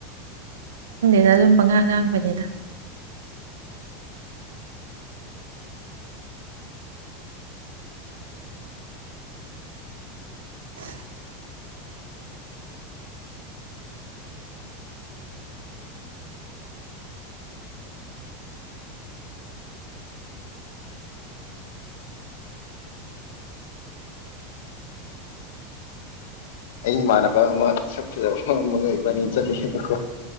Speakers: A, on the right; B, on the left.
A: ꯁꯤꯗ ꯑꯗꯨꯨꯝ ꯄꯉꯥꯡ ꯉꯥꯡꯕꯅꯤꯅ ꯎ
B: ꯑꯩ ꯏꯃꯥꯟꯅꯕ ꯑꯃ ꯁꯛ ꯐꯖꯕ ꯑꯃꯒ ꯂꯩꯕꯅꯤ ꯆꯠꯂꯤꯑꯕꯀꯣ